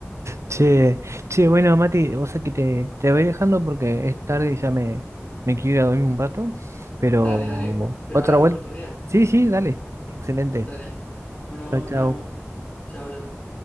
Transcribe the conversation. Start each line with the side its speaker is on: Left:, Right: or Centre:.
Right: Che, che, bueno, Mati, vos sabés que te, te voy dejando porque es tarde y ya me, me quiero ir a dormir un rato, pero
Left: Dale, dale. Pero
Right: otra
Left: hablamos
Right: vuelta.
Left: estos días.
Right: Sí, sí, dale, excelente.
Left: Dale. Bueno,
Right: Chao, chao.
Left: nos vemos. Chao, chao.